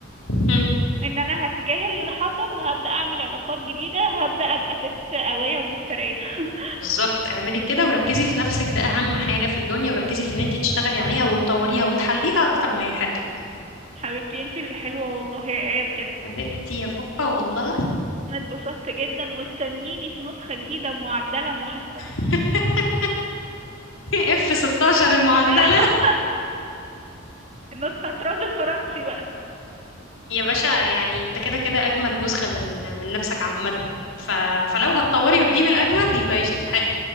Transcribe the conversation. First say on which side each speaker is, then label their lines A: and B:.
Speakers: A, on the left; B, on the right.
A: مم.
B: ان انا هتجاهل اللي حصل هبدأ اعمل علاقات جديدة هبدأ ابقى ست قوية ومفترية <laughs>
A: بالظبط اعملي كده وركزي في نفسك ده اهم حاجه في الدنيا وركزي في ان انت تشتغلي عليها وتطوريها وتحليها اكتر ما هي حلوه
B: حبيبتي انتي اللي حلوة والله يا ايه بجد
A: حبيبتي يا فوفا والله
B: انا اتبسطت جدا واستنيني في نسخة جديدة معدلة محسنة
A: <laughs> اف 16 المعدل
B: <laughs> النسخة طراز الفرنسي بقى
A: يا باشا يعني انت كده كده اجمد نسخة من من نفسك عامة ف... فلو هتطوري وتجيبي الاجمد يبقى قشطة حلو